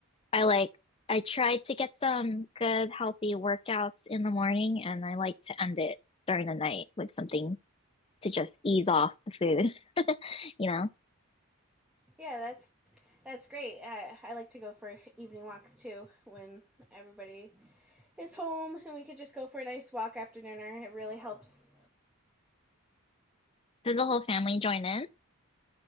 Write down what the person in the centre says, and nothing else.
yeah, that's that's great. I, I like to go for evening walks too when everybody is home and we could just go for a nice walk after dinner. It really helps